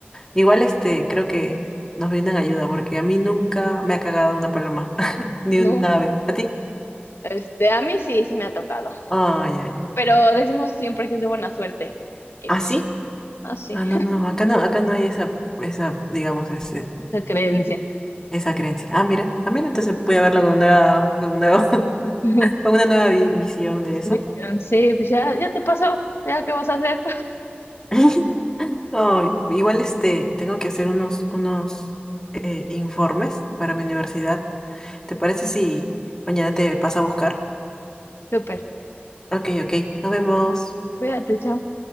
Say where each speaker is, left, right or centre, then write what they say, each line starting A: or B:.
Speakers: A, on the left; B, on the left.
A: Igual este, creo que nos brindan ayuda, porque a mí nunca me ha cagado una paloma, <laughs> ni
B: No,
A: un ave. ¿A ti?
B: este, a mí sí, sí me ha tocado,
A: Ay, ay, ay.
B: pero decimos siempre que es de buena suerte. Y
A: ¿Ah,
B: pues,
A: sí?
B: así,
A: Ah, no, no, no, acá no, acá no hay esa, esa, digamos, ese,
B: <laughs> la creencia.
A: esa creencia. Ah, mira, ah, mira, entonces voy a verlo con nueva, con nuevo, <laughs>
B: <laughs>
A: con una nueva vi- visión de eso.
B: Bien, Sí, pues ya, ya te pasó, ya qué vas a hacer.
A: <laughs> Ay, igual este, tengo que hacer unos, unos eh, informes para mi universidad. ¿Te parece si mañana te paso a buscar?
B: <laughs> Súper,
A: Ok, ok, nos vemos.
B: cuídate, chao.